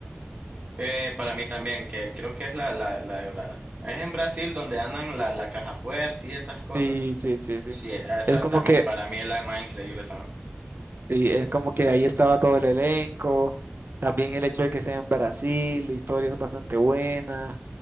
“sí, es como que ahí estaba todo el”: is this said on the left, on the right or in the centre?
Right